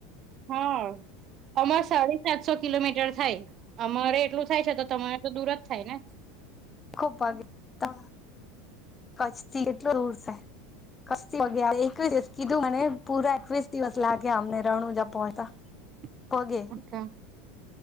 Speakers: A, on the right; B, on the left.
A: હમ. અમારે સાડી સાતસો કિલોમીટર થાય અમારે એટલું થાય છે તો તમારે તો દૂર જ થાય ને.
B: ખૂબ ભાગી તો કચ્છથી કેટલું દૂર છે. કચ્છ થી એકવીસ દિવસ કીધું મને પુરા એકવીસ દિવસ લાગ્યા અમને રણુંજા પહોંચતા.
A: <unintelligible>
B: પોગે
A: ને